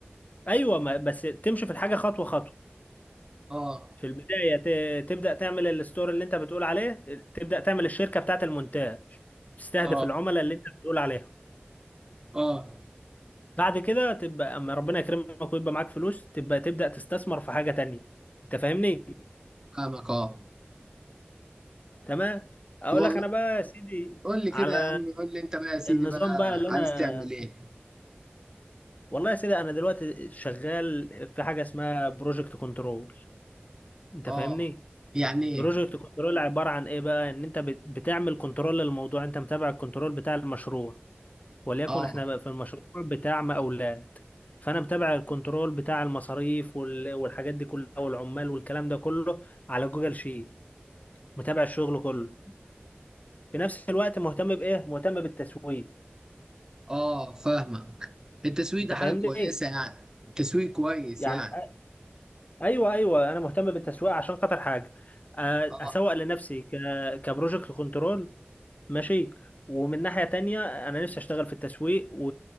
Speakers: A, on the left (about 40°); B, on the right (about 15°).
A: ايوه ما بس تمشي في الحاجه خطوه خطوه
B: اه
A: في البداية ت- تبدأ تعمل الستور اللي انت بتقول عليه تبدأ تعمل الشركة بتاعت المونتاج تستهدف
B: اه
A: العملاء اللي انت بتقول عليهم
B: اه
A: بعد كده تبقى اما ربنا يكرمك ويبقى معاك فلوس تبقى تبدأ تستثمر في حاجة تانية انت فاهمني
B: فاهمك اه
A: تمام اقول
B: والله
A: لك انا بقى يا سيدي
B: قول لي كده
A: على
B: يا عم قول لي انت بقى يا سيدي
A: النظام
B: بقى
A: بقى اللي
B: عايز
A: انا
B: تعمل ايه
A: والله يا سيدي انا دلوقتي شغال في حاجة اسمها بروجكت كنترول انت
B: اه
A: فاهمني
B: يعني
A: بروجكت
B: ايه
A: كنترول عبارة عن ايه بقى ان انت بت- بتعمل كنترول للموضوع انت متابع الكنترول بتاع المشروع وليكن
B: اه
A: احنا بقى في المشروع بتاع مقاولات فانا متابع الكنترول بتاع المصاريف وال- والحاجات دي كلها والعمال والكلام ده كله على جوجل شيت متابع الشغل كله في نفس الوقت مهتم بايه مهتم بالتسويق
B: اه فاهمك التسويق
A: انت
B: ده
A: فاهمني
B: حاجة كويسة
A: ايه
B: يعني التسويق كويس
A: يعني
B: يعني
A: أ- ايوه ايوه انا مهتم بالتسويق عشان خاطر حاجه أ-
B: اه
A: اسوق لنفسي ك كبروجكت كنترول ماشي ومن ناحية تانية أنا نفسي أشتغل في التسويق و...